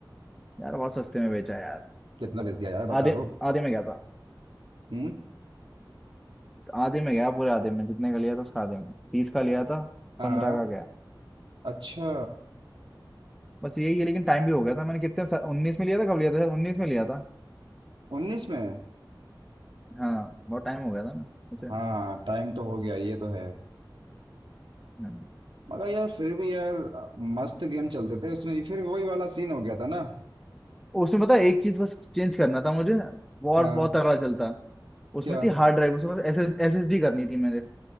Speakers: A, in the centre; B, on the right.
A: यार बहुत सस्ते में बेचा यार
B: कितना बेच दिया यार बता
A: आधे
B: दो
A: आधे में गया था
B: हम्म
A: आधे में गया पूरे आधे में जितने का लिया था उसका आधे में तीस का लिया था
B: हाँ
A: पंद्रह का गया
B: अच्छा
A: बस यही है लेकिन टाइम भी हो गया था मैंने कितने उन्नीस में लिया था कब लिया था शायद उन्नीस में लिया था
B: उन्नीस में
A: हाँ बहुत टाइम हो गया था ना उसे
B: हाँ टाइम तो हो गया ये तो है
A: मैंने
B: मगर यार फिर भी यार मस्त गेम चलते थे उसमें फिर वही वाला सीन हो गया था ना
A: उसमें पता है, एक चीज बस चेंज करना था मुझे और
B: हाँ
A: बहुत तगड़ा चलता उसमें
B: क्या
A: थी हार्ड ड्राइव उसमें बस एस एस एस डी करनी थी मेरे